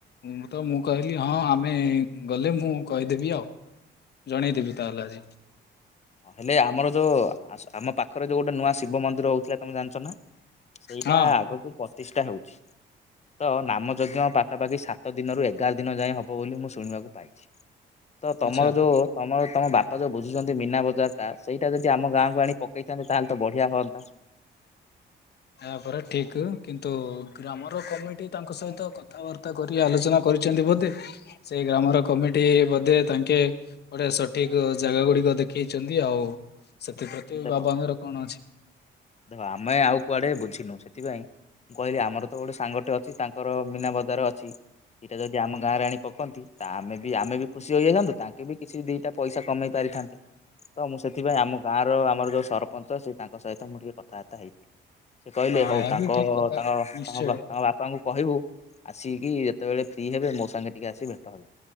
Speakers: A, on the left; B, on the left.
A: ମୁଁ ତ ମୁଁ କହିଲି ହଁ ଆମେ ଗଲେ ମୁଁ କହିଦେବି ଆଉ। ଜଣେଇଦେବି ତାହେଲେ ଆଜି।
B: ହେଲେ ଆମର ଯୋଉ ଆମ ପାଖରେ ଯୋଉ ଗୋଟେ ନୂଆ ଶିବ ମନ୍ଦିର ହଉଥିଲା ତମେ ଜାଣିଛ ନା। ସେଇଟା
A: ହଁ ହଁ
B: ଆଗକୁ ପ୍ରତିଷ୍ଠା ହଉଛି। ତ ନାମଯଜ୍ଞ ପାଖାପାଖି ସାତ ଦିନରୁ ଏଗାର ଦିନ ଯାଏଁ ହବ ବୋଲି ମୁଁ ଶୁଣିବାକୁ ପାଇ ତ ତମର
A: ଆଚ୍ଛା
B: ଯୋଉ ତମର ତମ ବାପା ଯୋଉ ବୁଝୁଛନ୍ତି ମୀନା ବ ସେଇଟା ଯଦି ଆମ ଗାଁକୁ ଆଣି ପକେଇଥାନ୍ତ ତାହେଲେ ତ ବଢିଆ ହଅନ୍ତା।
A: ଏହାପରା ଠିକ କିନ୍ତୁ ଗ୍ରାମର କମ ଟି ତାଙ୍କ ସହିତ କଥାବାର୍ତ୍ତା କରି ଆଲୋଚନା କରିଛନ୍ତି ବୋଧେ ସେ ଗ୍ରାମର କମିଟି ବୋଧେ ତାଙ୍କେ। ଗୋଟେ ସଠିକ ଜାଗା ଗୁଡିକ ଦେଖେଇଛନ୍ତି ଆଉ ସେଥିପ୍ରତି
B: ଦେଖ
A: ବାବାଙ୍କର କଣ ଅଛି।
B: ଦେଖ ଆମେ ଆଉ କୁଆଡେ ବୁଝିନୁ ସେଥିପାଇଁ ମୁଁ କହିଲି ଆମର ତ ଗୋଟେ ସାଙ୍ଗଟେ ଅଛି। ଅ ତାଙ୍କର ମୀନା ବଜାର ଅଛି ସେଇଟା ଯଦି ଆମ ଗାଁରେ ଆଣି। ପକାନ୍ତି ତା ଆମେ ବି ଆମେ ବି ଖୁସି ହୋଇଆସନ୍ତୁ ତାଙ୍କେ ବି କିଛି ଦୁଇଟା ପଇସା କମେଇ ପାରିଥାନ୍ତେ ତ ମୁଁ ସେଥିପାଇଁ ଆମ ଗାଁ ର ଆମର ଯୋଉ ସରପଞ୍ଚ ସେ ତାଙ୍କ ସହିତ ମୁଁ ଟିକେ କଥାବାର୍ତ୍ତା ହେଇଥିଲି ସେ କହିଲେ
A: ହଁ
B: ହଉ
A: ଏହା
B: ତାଙ୍କ
A: ବି ଠିକ କଥା
B: ତାଙ୍କ
A: ନିଶ୍ଚୟ
B: ତାଙ୍କ ବାପା। ବାପାଙ୍କୁ କହିବୁ ଆସିକି ଯେତେବେଳେ ଫ୍ରି ହେବେ ମୋ ସାଙ୍ଗେ ଟିକେ ଆସି ଭେଟ ହେବେ।